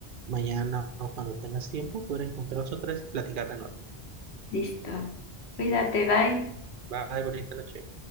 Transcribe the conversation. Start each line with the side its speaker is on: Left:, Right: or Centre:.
Right: mañana o cuando tengas tiempo poder encontrarnos otra vez y platicar de nuevo.
Left: Listo. Cuídate, bye.
Right: Bye, bonita noche.